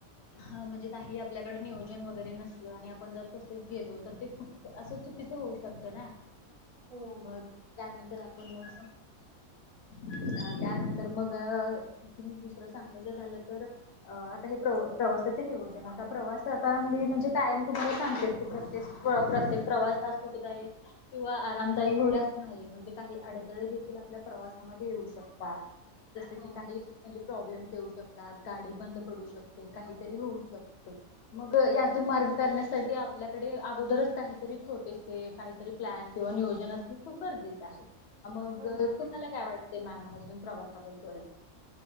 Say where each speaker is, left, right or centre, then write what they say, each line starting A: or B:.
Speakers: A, on the left; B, on the right.
A: ह म्हणजे काही आपल्याकडे नियोजन वगैरे नसल आणि आपण जर तसेच गेलो तर ते खुप असं चुकीचं होऊ शकतं ना
B: हो
A: मग त्यानंतर आपण मग अ त्यानंतर मग
B: ह
A: तुम्ही दुसरं सांगायचं झालं तर अ आता हे प्रवा प्रवासाचे नियोजन आता प्रवास आता
B: हो
A: मी म्हणजे कायम तुम्हाला सांगते प्रत्येक प्रत्येक प्रवास हा सुखदायी किंवा आरामदायी होईल असं नाही म्हणजे काही अडथळे देखील आपल्या प्रवासामध्ये येऊ शकतात. जस
B: हो
A: की काही म्हणजे प्रॉब्लेमस येऊ शकतात गाडी बंद पडू शकतात. ते काहीतरी होऊ शकत. मग यातून मार्ग करण्यासाठी आपल्याकडे अगोदरच काहीतरी छोटेसे काहीतरी प्लॅन किंवा नियोजन असणे खूप गरजेचं आहे. मग
B: हो मॅम
A: तुम्हाला
B: हो
A: काय वाटते मॅम अजून प्रवासाबद्दल?